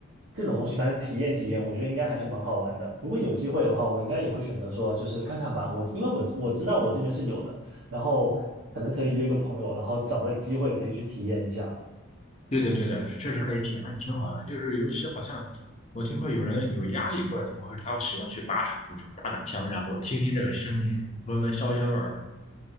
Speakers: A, on the right (about 80°); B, on the left (about 30°).
A: 这种东西，反正体验体验，我觉得应该还是蛮好玩的。如果有机会的话，我应该也会选择说，就是看看吧。我因为我我知道我这边是有的，然后可能可以约个朋友，然后找个机会可以去体验一下。
B: 对的，对的，确实可以体验，还是挺好的。就是尤其好像我听说有人有压力或者怎么回事，他喜欢去靶场，就是打打枪，然后听听这个声音，闻闻硝烟味儿。